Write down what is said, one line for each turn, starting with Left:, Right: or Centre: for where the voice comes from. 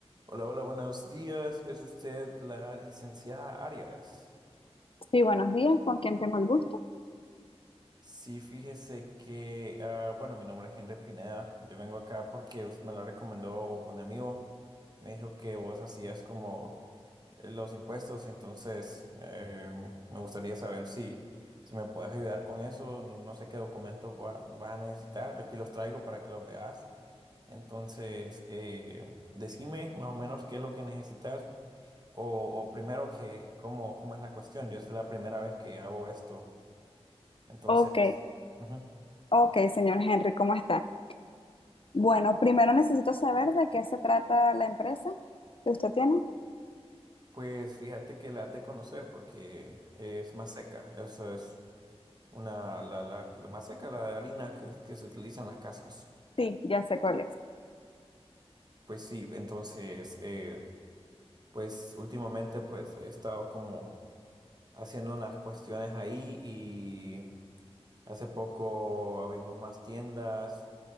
Right: Hola, hola, buenos días. ¿Es usted la licenciada Arias?
Left: Sí, buenos días, ¿con quién tengo el gusto?
Right: Sí, fíjese que, ah, bueno, mi nombre es Henry Pineda. Yo vengo acá porque us- me la recomendó un amigo. Me dijo que vos hacías como eh, los impuestos y entonces eh, me gustaría saber si, si me puedes ayudar con eso. No, no sé qué documentos va- vas a necesitar. Yo aquí los traigo para que los veas. Entonces, eh, decime más o menos qué es lo que necesitas. O, o primero que, ¿cómo, cómo es la cuestión? Yo es la primera vez que hago esto. Entonces,
Left: Ok,
Right: ujú.
Left: ok, señor Henry, ¿cómo está? Bueno, primero necesito saber de qué se trata la empresa que usted tiene.
Right: Pues fíjate que la has de conocer porque es más seca Eso es una, la, la, la más seca la de harina que, que se utiliza en las casas.
Left: Sí, ya sé cuál es.
Right: Pues sí, entonces, eh, pues últimamente pues he estado como haciendo unas cuestiones ahí y hace poco abrimos más tiendas